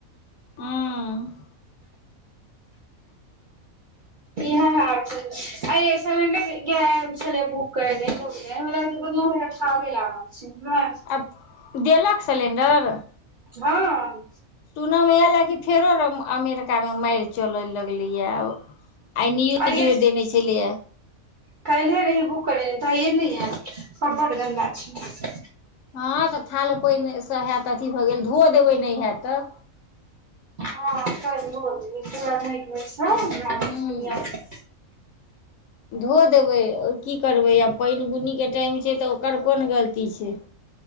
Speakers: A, on the left; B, on the right.
A: ह
B: हँ अइ सलेंडर गैस आयल छलै बुक करै लै तने म बल खाब लब छै
A: आ देलक सिलेण्डर
B: हँ
A: सुन मे आयल अ की फेरो अमेरिका मे मारि चले लगलैय आइ न्यूज
B: आइये
A: मे देने छलेय
B: काल्हिये रही बुक करेने तऽ एलैय पर बड़ गन्दा छै
A: हँ तऽ थाल पानिसँ हयत अथी भऽ गेल धो देबै नहि हयत तऽ
B: हँ कर बल तराै ने
A: हूँ
B: <inaudible>
A: धो देबै और की करबै आ पानि बुनीके टाइम छै तऽ ओकर कोन गलती छै